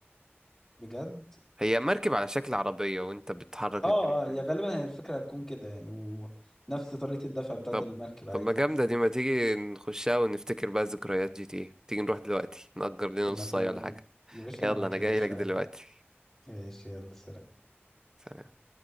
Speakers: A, on the left (about 15°); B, on the right (about 15°).
A: بجد
B: هي مركب على شكل عربيه وانت بتحرك
A: اه
B: الدركسيون
A: اه يا غالبا هي الفكرة هتكون كده يعني ونفس طريقة الدفع بتاعة
B: طب
A: المركب عادي
B: طب ما جامده دي ما تيجي نخشها ونفتكر بقى ذكريات جي تي تيجي نروح دلوقتي نأجر لنا
A: طب
B: نص
A: ما
B: ساعه
A: يلا
B: ولا
A: بينا
B: حاجه
A: يا باشا
B: يلا
A: انا معاك
B: انا جاي
A: يا باشا
B: لك دلوقتي
A: عادي ايش يلا سلام
B: سلام.